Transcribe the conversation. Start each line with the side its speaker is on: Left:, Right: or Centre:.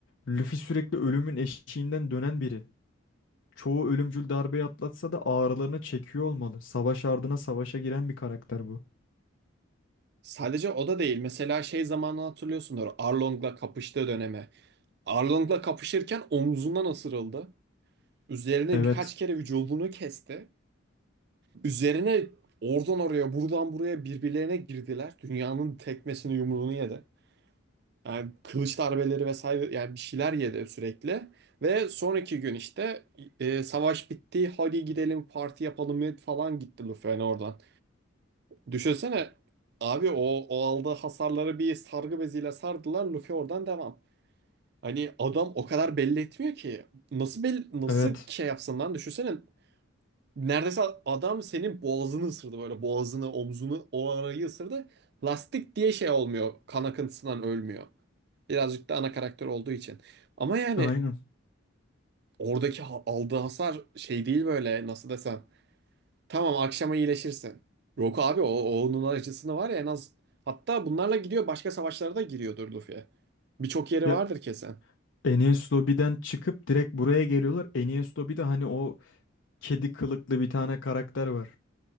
Left: Luffy sürekli ölümün eşiğinden dönen biri. çoğu ölümcül darbeyi atlatsa da ağrılarını çekiyor olmalı. Savaş ardına savaşa giren bir karakter bu.
Right: sadece o da değil. Mesela şey zamanını hatırlıyorsundur. Arlong'la kapıştığı döneme. Arlong'la kapışırken omzundan ısırıldı. Üzerine
Left: Evet,
Right: birkaç kere vücudunu kesti. Üzerine oradan oraya buradan buraya birbirlerine girdiler. Dünyanın tekmesini yumruğunu yedi. Yani kılıç darbeleri vesaire yani bir şeyler yedi sürekli. Ve sonraki gün işte e, savaş bitti hadi gidelim parti yapalım falan gitti Luffy'nin oradan. Düşünsene abi o, o aldığı hasarları bir sargı beziyle sardılar Luffy oradan devam. Hani adam o kadar belli etmiyor ki. Nasıl belli, nasıl
Left: evet.
Right: şey yapsın lan düşünsene Neredeyse adam senin boğazını ısırdı böyle boğazını omzunu o arayı ısırdı. Lastik diye şey olmuyor kan akıntısından ölmüyor. Birazcık da ana karakter olduğu için. Ama yani
Left: Aynen.
Right: oradaki ha- aldığı hasar şey değil böyle nasıl desem. Tamam akşama iyileşirsin. Rock abi o, o onun acısını var ya en az. Hatta bunlarla gidiyor başka savaşlara da giriyordur Luffy. Birçok yeri
Left: Ya
Right: vardır kesin.
Left: Enies Lobby'den çıkıp direkt buraya geliyorlar. Enies Lobby'de hani o kedi kılıklı bir tane karakter var.